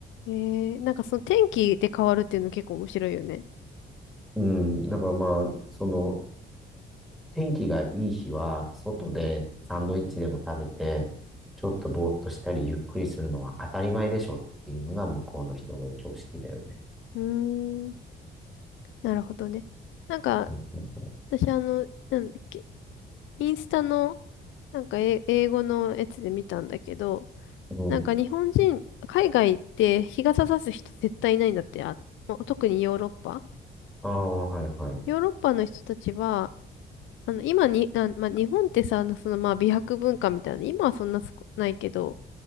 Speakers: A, on the left; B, in the centre.
A: へなんかその天気で変わるっていうの結構面白いよね。
B: うん、だからまあ、その、天気がいい日は、外でサンドイッチでも食べて、ちょっとぼーっとしたりゆっくりするのは当たり前でしょっていうのが向こうの人の常識だよね。
A: うーん、なるほどね。なんか、
B: そうそうそ
A: 私あの、なんだっけインスタの、なんかえ英語のやつで見たんだけど、
B: う。
A: なんか日本人、
B: うん。
A: 海外って日傘さす人絶対いないんだって、あ、もう特にヨーロッパ。
B: ああ、はいはい。
A: ヨーロッパの人たちは、あの、今に、あ、まあ、日本ってさ、あのそのまあ美白文化みたいな、今はそんなすこないけど、